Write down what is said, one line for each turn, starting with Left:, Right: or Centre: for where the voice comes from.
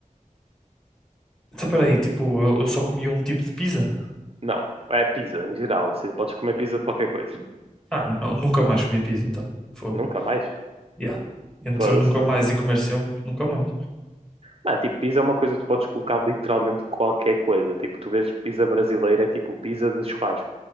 Centre: Então peraí, tipo, eu, eu só comia um tipo de pizza?
Right: Não, é pizza em geral. Ou seja, podes comer pizza de qualquer coisa.
Centre: Ah, não, nunca mais comia pizza, então. Foi.
Right: Nunca mais?
Centre: Yeah. Entre
Right: Foda-se.
Centre: nunca mais e comer sempre, nunca mais.
Right: Mano, tipo, pizza é uma coisa que tu podes colocar literalmente qualquer coisa. Tipo, tu vês pizza brasileira, é tipo pizza de churrasco.